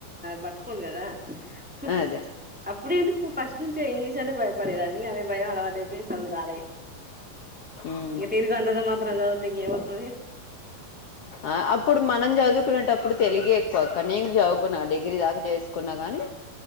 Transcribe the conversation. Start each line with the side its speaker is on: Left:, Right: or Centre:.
Centre: బట్కొ గదా తుష్
Left: అదే
Centre: అప్పుడే ఎందుకు నువ్వు ఫస్ట్ నుంచే ఎయ్యి పడేదాని అదే భయం అలవాటై పోయి చదువు రాంది
Left: ఉమ్.
Centre: ఇ తీరుగా అంతంత మాత్రం చదువితె ఇంగ ఎం వత్తది.
Left: ఆ అప్పుడు మనం చదువు చదువుకునేటప్పుడు తెలుగ ఎక్కువక్క నేను చదువుకున్నా డిగ్రీ దాకా చేసుకున్నా కాని